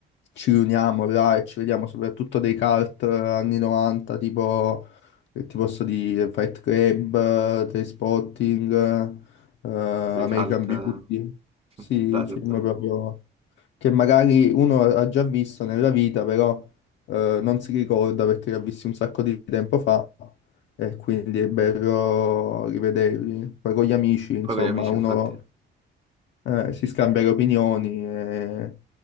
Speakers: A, on the left; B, on the right.
A: ci riuniamo là e ci vediamo soprattutto dei cult eh, anni 90, tipo, che ti posso dire, Fight Club, eh, Trainspotting, eh, eh, American
B: ricalca.
A: Beauty. Sì,
B: Mm, Bello,
A: film
B: bello.
A: proprio che magari uno ha già visto nella vita, però eh, non si ricorda perché li ha visti un sacco di tempo fa e quindi è bello rivederli. Poi con gli amici, insomma,
B: Poi con gli amici,
A: uno
B: infatti.
A: eh, si scambia le opinioni e,